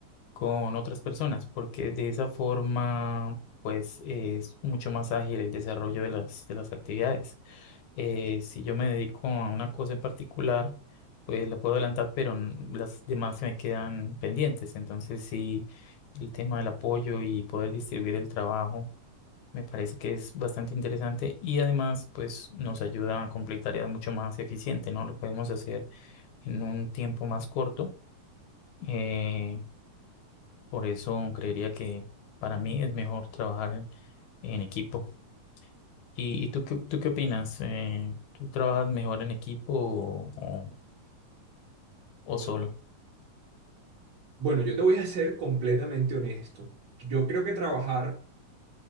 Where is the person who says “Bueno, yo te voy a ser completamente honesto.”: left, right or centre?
Right